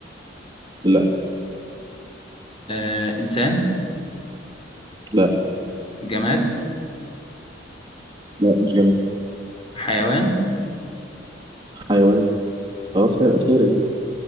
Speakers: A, on the right; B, on the left.
A: لا
B: آه انسان
A: لا
B: جماد
A: لا مش جماد
B: حيوان
A: حيوان خلاص هي الأخيرة يعني